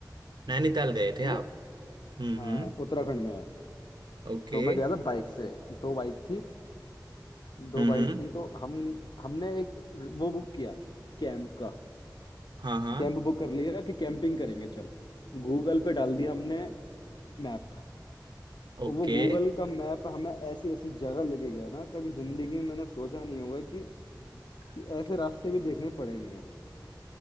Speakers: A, on the right; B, on the left.
A: नैनीताल गए थे
B: ठीक
A: आप
B: है
A: हम्म
B: हाँ
A: हम्म
B: उत्तराखंड में है
A: ओके
B: तो मैं गया था बाइक से दो बाइक थी दो
A: हम्म
B: बाइक
A: हम्म
B: थी तो हम हमने एक वो बुक किया कैंप का
A: हाँ हाँ
B: कैंप बुक कर लिया कि कैंपिंग करेंगे चल गूगल पे डाल दिया हमने मैप
A: ओके
B: और वो गूगल का मैप हमें ऐसी ऐसी जगह लेके गया ना कभी जिंदगी में मैंने सोचा नहीं होगा कि कि
A: <laughs>
B: ऐसे रास्ते भी देखने पड़ेंगे